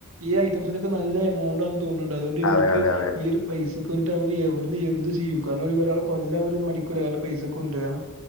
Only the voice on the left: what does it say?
അതെ അതെ അതെ